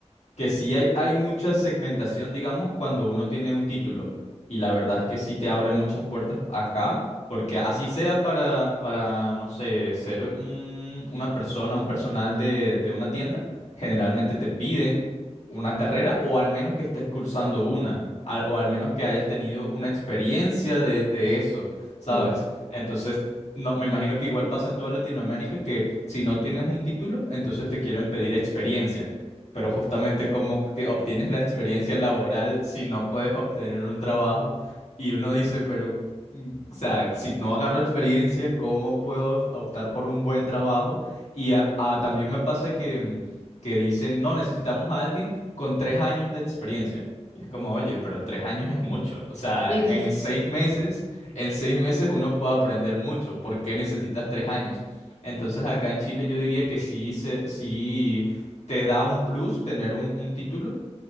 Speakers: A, on the left; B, on the right.
A: que sí hay, hay mucha segmentación, digamos, cuando uno tiene un título. Y la verdad es que sí te abre muchas puertas acá, porque así sea para, para no sé, ser un- una persona, un personal de, de una tienda, generalmente te piden una carrera o al menos que estés cursando una, al- o al menos que hayas tenido una experiencia de, de eso, ¿sabes?
B: Ujú.
A: Entonces... No, me imagino que igual pasa en toda Latinoamérica que si no tienes un título, entonces te quieren pedir experiencia. Pero justamente cómo obti- obtienes la experiencia laboral si no puedes obtener un trabajo. Y uno dice, pero, mm, o sea, si no agarro experiencia, ¿cómo puedo optar por un buen trabajo? Y a- a- también me pasa que, mm, que dicen, no, necesitamos a alguien con tres años de experiencia. Y es como, oye, pero tres años es mucho. O sea,
B: Sí, sí,
A: en
B: sí.
A: seis meses, en seis meses uno puede aprender mucho. ¿Por qué necesitas tres años? Entonces acá en Chile yo diría que sí, se, sí te da un plus tener un, un título